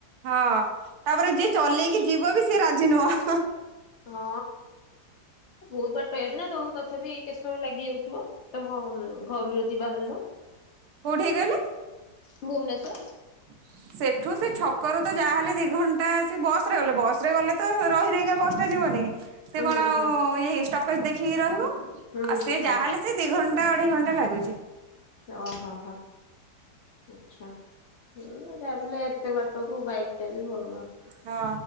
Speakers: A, on the right (about 75°); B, on the left (about 55°).
A: ହଁ ତାପରେ ଯିଏ ଚଲେଇକି ଯିବ ବି ସିଏ ରାଜି ନୁହଁ।
B: ହଁ ବହୁତ ବାଟ ହେଇଚି ନା। ତଥାପି କେତେ ସମୟ ଲାଗି ଯାଉଥିବ ତମ ଘରୁ ଯଦି ବାହାରିଲ।
A: କୋଉଠି କି କହିଲେ।
B: ଭୁବନେଶ୍ୱର।
A: <unintelligible> ସେଠୁ ସେ ଛକରୁ ତ ଯାହାହେଲେ ଦି ଘଣ୍ଟା ସେ ବସ ରେ ଗଲେ ବସ ରେ ଗଲେ ତ ରହିି ରହି କି ବସ ଟା ଯିବନି କି। ସେ କଣ?
B: ହଁ ହଁ।
A: ଇ ଷ୍ଟପେଜ୍ ଦେଖିକି ରହିବ
B: ହୁଁ
A: ଆଉ ସେ
B: ହୁଁ
A: ଯାହାହେଲେ ସେ ଦି ଘଣ୍ଟା ଅଢେଇ ଘଣ୍ଟା ଲାଗୁଛି।
B: ଓହୋ ହୋ ଆଛା ହଁ ତା। ଏତେ ବାଟକୁ ବାଇକ୍ ଟା ବି ଭଲ ନୁହଁ।
A: ହଁ